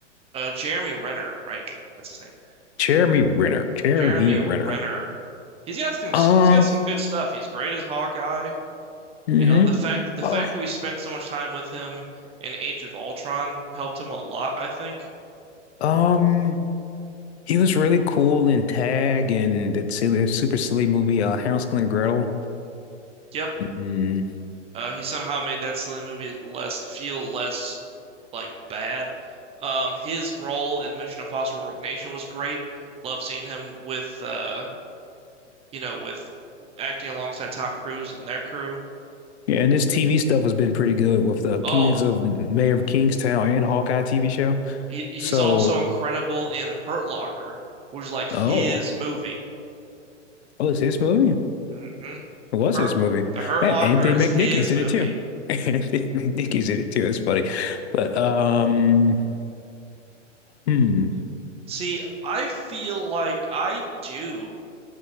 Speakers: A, on the right; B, on the left.
A: Uh, Jeremy Renner. Right, that's his name.
B: Jeremy Renner. Jeremy
A: Jeremy
B: Renner.
A: Renner. He's got some.
B: Uh,
A: He's got some good stuff. He's great as Hawkeye.
B: hmm
A: You know, the fact the
B: Uh,
A: fact that we spent so much time with him in Age of Ultron helped him a lot, I think.
B: um, he was really cool in Tag and that silly, super silly movie, uh, Hansel and Gretel.
A: Yep.
B: Mhm.
A: Uh, he somehow made that silly movie less feel less like bad. Um, his role in Mission Impossible Rogue Nation was great. Love seeing him with uh, you know, with acting alongside Tom Cruise and their crew.
B: Yeah, and this TV stuff has been pretty good with the
A: Oh,
B: Kings of Mayor of Kingstown and Hawkeye TV show.
A: he, he's
B: So,
A: also incredible in Hurt Locker, which is like his
B: oh,
A: movie.
B: oh, it's this movie?
A: hmm
B: It was
A: Hurt,
B: this movie.
A: The Hurt
B: And
A: Locker
B: Anthony
A: is
B: McNicky's
A: his movie.
B: in it too. <laughs> Anthony McNicky's in it too. That's funny. But um, hmm.
A: See, I feel like I do